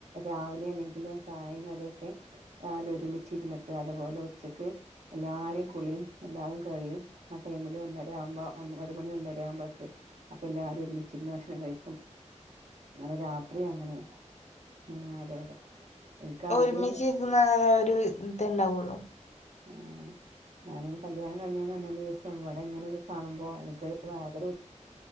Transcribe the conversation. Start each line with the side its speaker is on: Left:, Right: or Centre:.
Right: രാവിലേണെങ്കിലും ചായീം കടിയൊക്കെ രാവിലെ ഒരുമിച്ചിരുന്നിട്ട് അതുപോലെ ഉച്ചക്ക് എല്ലാരീം കുളീം എല്ലാതും കഴിയും ആ ടൈമില് വന്ന <unintelligible> ഒരു മണി ഒന്നര ആവുമ്പോക്ക് അപ്പൊ എല്ലാരും ഒരുമിച്ചിരുന്ന് ഭക്ഷണം കഴിക്കും ഇന്നലെ രാത്രി അങ്ങനെ <unintelligible> ആദ്യം
Left: ഒരുമിച്ചിരിന്ന ഒരു ഇത്ണ്ടാവുള്ളൂ
Right: ആഹ് ഞാനയന് കല്യാണം കയിൻഞ് വന്നേനേഷം ഇവിടെ ഇങ്ങനെക്കെ കാണുമ്പോ ഇനിക്ക് <unintelligible>